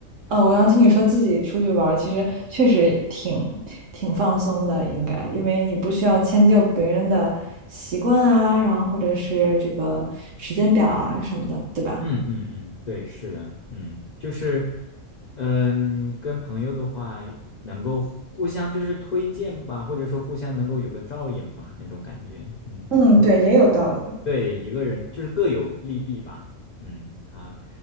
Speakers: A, on the right; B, on the left.
A: 呃，我刚刚听你说自己出去玩儿，其实确实挺挺放松的，应该，因为你不需要迁就别人的习惯啊，然后或者是这个时间表啊什么的，对吧？
B: 嗯嗯嗯，对，是的，嗯，就是，嗯，跟朋友的话，能够互互相就是推荐吧，或者说互相能够有个照应吧，那种感觉，嗯，
A: 嗯，对，也有道理。
B: 对，一个人就是各有利弊吧，嗯啊，